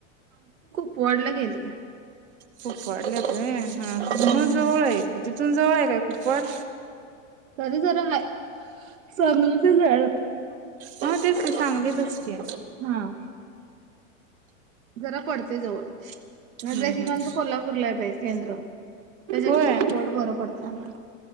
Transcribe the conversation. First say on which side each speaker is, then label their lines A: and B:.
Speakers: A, on the right; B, on the right.
A: पोडला गेले
B: खूप वाढल्यात हा
A: हम्म
B: जवळ आहे कि तिथून जवळ आहे काय कुप्पड
A: तरी जरा हाय चांगली तर हाय <unintelligible>
B: हा तेच की सांगलीतच की
A: हा जरा पडतय जवळ
B: हम्म
A: म दे <unintelligible>
B: हम्म
A: कोल्हापूरला आहे बाई केंद्र तेज्यापेक्षा
B: होय
A: कुपवाड बर पड त्यामला